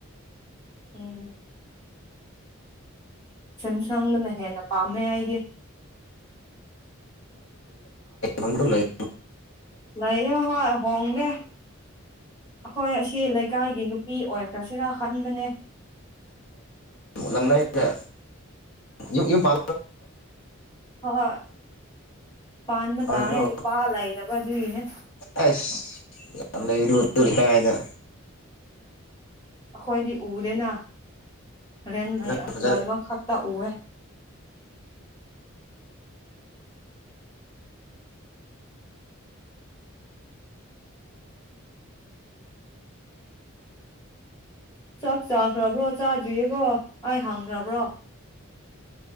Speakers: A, on the left; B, on the left.
A: ꯎꯝ ꯁꯝꯁꯅ ꯍꯦꯟꯅ ꯐꯥꯝꯃꯦꯦ ꯍꯥꯏꯦ
B: ꯎꯝꯅꯦ ꯂꯩ
A: ꯂꯩꯌꯦ ꯍꯣꯏ ꯍꯣꯡꯗꯦ ꯍꯣꯏ ꯑꯁꯤ ꯂꯩꯀꯥꯏꯒꯤ ꯅꯨꯄꯤ ꯑꯣꯏ ꯀ꯭ꯔꯁꯤꯔꯥ ꯐꯥꯟ ꯃꯅꯦ
B: ꯂꯪ ꯌ ꯌ ꯄ
A: ꯍꯣꯏ ꯄꯥꯟꯕ
B: ꯄꯥꯟꯈ꯭ꯔꯣ
A: ꯇꯥꯔꯦ ꯅꯨꯄꯥ ꯂꯩꯗꯕ ꯑꯗꯨꯒꯤꯅꯦ
B: ꯑꯩꯁ ꯌꯥꯝ ꯀ ꯍꯥꯏꯗ
A: ꯑꯩꯈꯣꯏꯗꯤ ꯎꯗꯦꯅ ꯔꯦꯟ
B: ꯅꯪ ꯐꯖꯅ
A: ꯂꯥꯏꯕ ꯇ ꯑꯣ ꯆꯥꯛ ꯆꯥꯈ꯭ꯔꯕ꯭ꯔꯣ ꯆꯥꯗ꯭ꯔꯤꯌꯦꯀꯣ ꯑꯩ ꯍꯪꯈ꯭ꯔꯕ꯭ꯔꯣ